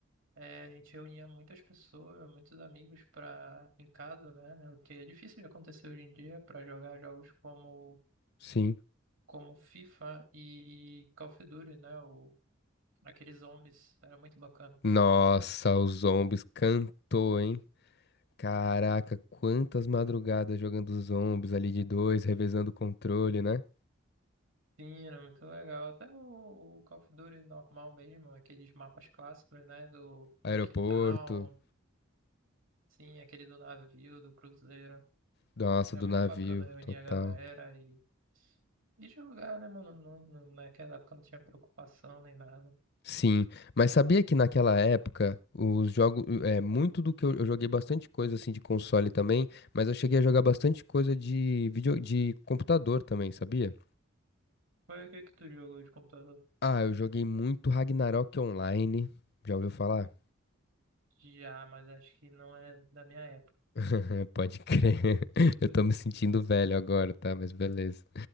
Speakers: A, on the right; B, on the left.
A: é, a gente reunia muitas pessoas, muitos amigos pra, em casa, né? O que é difícil de acontecer hoje em dia pra jogar jogos como,
B: Sim.
A: como FIFA e Call of Duty, né? O, aqueles zombies, era muito bacana.
B: Nossa, o Zombies cantou, hein? Caraca, quantas madrugadas jogando os zombies ali de dois, revezando o controle, né?
A: Sim, era muito legal. Até o, o Call of Duty normal mesmo, aqueles mapas clássicos, né? Do,
B: Aeroporto,
A: do Quitão, sim, aquele do navio, do cruzeiro.
B: nossa,
A: Era
B: do
A: muito
B: navio,
A: bacana reunir
B: total.
A: a galera e, e jogar, né, mano? Não, não- naquela época não tinha preocupação nem nada.
B: Sim, mas sabia que naquela época os jogos, é, muito do que eu, eu joguei bastante coisa assim de console também, mas eu cheguei a jogar bastante coisa de vídeo, de computador também, sabia?
A: Foi o que que tu jogou de computador?
B: Ah, eu joguei muito Ragnarok Online. Já ouviu falar?
A: Já, mas acho que não é da minha época.
B: <laughs> Pode crer. <laughs>
A: <laughs>
B: Eu tô me sentindo velho agora, tá? Mas beleza.